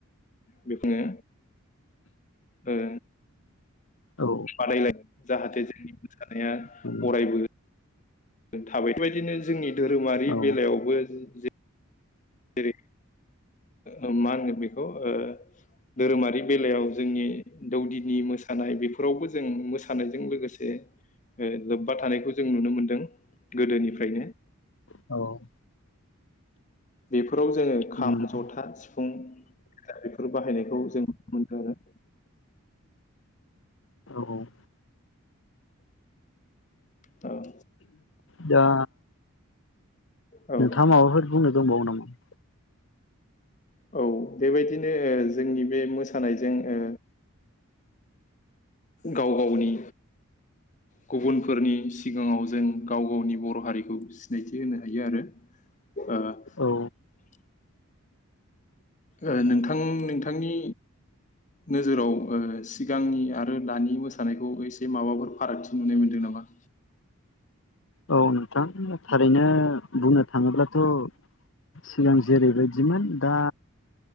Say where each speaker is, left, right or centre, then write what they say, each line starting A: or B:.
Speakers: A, on the left; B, on the left.
A: बेखौनो ओ
B: औ
A: बादायलाय जाहाथे जो <inaudible> थानाया अरायबो
B: औ
A: थाबाय बेबायदिनो जोंनि धोरोमारि
B: औ
A: बेलायावबो जे रै ओ मा होनगोन बेखौ ओ धोरोमारि बेलायाव जोंनि दौदिनि मोसानाय बेफोरावबो जों मोसानायजों लोगोसे ओ लोब्बा थानायखौ जों नुनो मोनदों गोदोनिफ्रायनो
B: औ
A: बेफोराव जोङो खाम
B: उम
A: जथा सिफुं बेफोर बाहायनाय खौ जों नुनो मोनदों आरो
B: औ औ
A: आरो
B: दा
A: औ
B: नोंथाङा
A: औ
B: माबाफोर बुंनो दंबावो नामा
A: औ बेबायदिनो जोंनि बे मोसानायजों ओ गाव गावनि गुबुनफोरनि सिगाङाव जों गाव गावनि बर' हारिखौ सिनायथि होनो हायो आरो ओ
B: औ
A: ओ नोंथां नोंथांनि नोजोराव ओ सिगांनि आरो दानि मोसानायखौ एसे माबाफोर फारागथि नुनाय मोनदों नामा
B: औ नोंथां थारैनो बुंनो थाङोब्लाथ' सिगां जेरैबायदिमोन दा